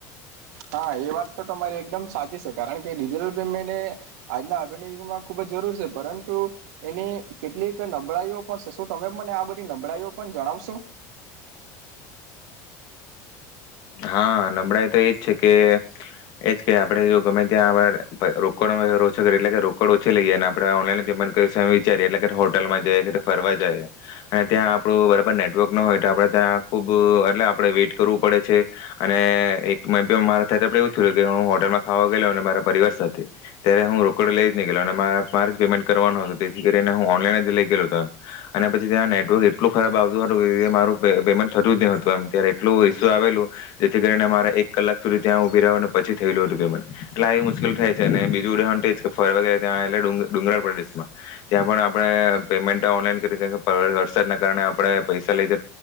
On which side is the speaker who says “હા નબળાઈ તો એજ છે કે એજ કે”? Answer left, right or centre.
Left